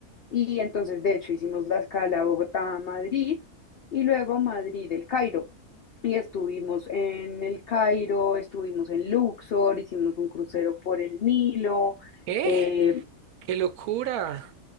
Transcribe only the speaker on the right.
¿Qué?
¡Qué locura!